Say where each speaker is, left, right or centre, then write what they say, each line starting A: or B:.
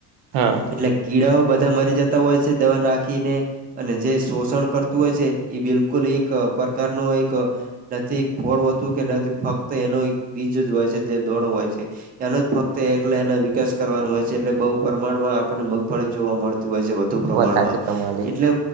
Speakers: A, on the right; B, on the right.
A: હા
B: એટલે કીડાઓ બધા મરી જતા હોય છે દવા નાખીને અને જે શોષણ કરતું હોય છે. એ બિલકુલ એક પ્રકારનો એક નથી ખોળતું કે નથી ફક્ત એનો એક બીજ જ હોય છે. જે દોડો હોય છે. એનો જ ફક્ત એલે એના વિકાસ કરવાનું હોય છે એટલે બહુ પ્રમાણમાં આપણને મગફળી જોવા મળતી હોય છે. પ્રમાણમાં
A: વાત સાચી તમારી
B: એટલે